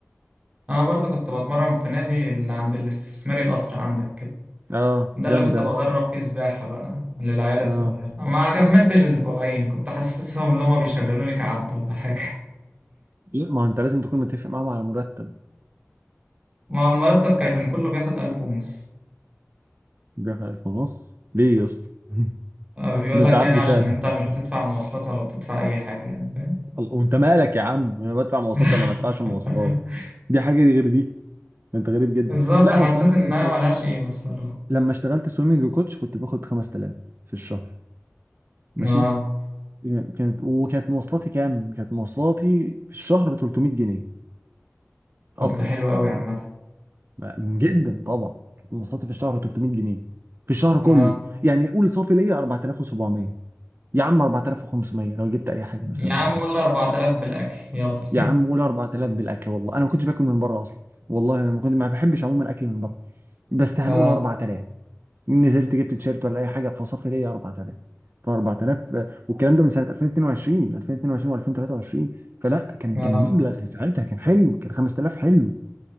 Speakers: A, on the right; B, on the right.
A: انا برضو كنت بتمرن في نادي اللي عند الاستثماري القصر عندك كده
B: اه
A: ده
B: جنبي
A: اللي كنت بدرب
B: انا
A: فيه سباحة بقى للعيال الصغيرة
B: اه
A: ما كملتش أسبوعين كنت حاسسهم إن هما بيشغلوني كعبد ولا حاجة
B: لا ما هو انت لازم تكون متفق معاهم على مرتب
A: ما المرتب كان كله بياخد ألف ونص
B: بياخد 1000 ونص ليه يا اسطى؟ <laughs>
A: آه، بيقول
B: ده
A: لك
B: انت عبد
A: يعني عشان
B: فعلا
A: انت مش بتدفع مواصلات ولا بتدفع اي حاجة يعني فاهم
B: الله- وانت مالك يا عم انا بدفع مواصلات
A: <laughs>
B: ولا ما بدفعش مواصلات دي حاجه دي غير دي انت غريب جدا
A: بالظبط
B: لا
A: حسيت
B: انا الصراحه
A: انها
B: لما اشت-
A: ملهاش قيمة الصراحة
B: لما اشتغلت سويمنج كوتش كنت باخد 5000 في الشهر ماشي
A: اه
B: يعني كانت وكانت مواصلاتي كام كانت مواصلاتي في الشهر 300 جنيه اصلا
A: طب ده حلو قوي
B: يعني
A: عامة
B: جدا طبعا كانت مواصلاتي في الشهر 300 جنيه في الشهر كله
A: اه
B: يعني قول صافي ليا 4700 يا عم 4500 لو جبت اي حاجه مثلا
A: يا عم
B: ولا كده
A: قول 4000 بالاكل يلا
B: يا عم قول 4000 بالاكل والله انا ما كنتش باكل من بره اصلا والله ما كنت ما بحبش عموما الاكل من بره
A: <laughs>
B: بس هنقول
A: اه
B: 4000 نزلت جبت تيشيرت ولا اي حاجه فصافي ليا 4000 ف 4000 آه، والكلام ده من سنه 2022 2022 و2023 فلا كان
A: اه
B: كان مبلغ ساعتها كان حلو كان 5000 حلو